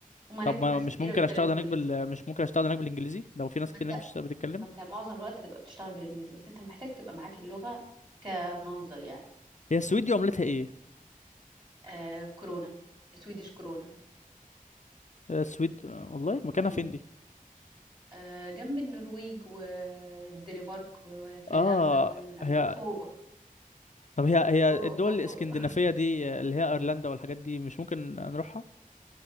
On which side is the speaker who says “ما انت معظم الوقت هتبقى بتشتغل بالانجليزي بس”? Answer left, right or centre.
Right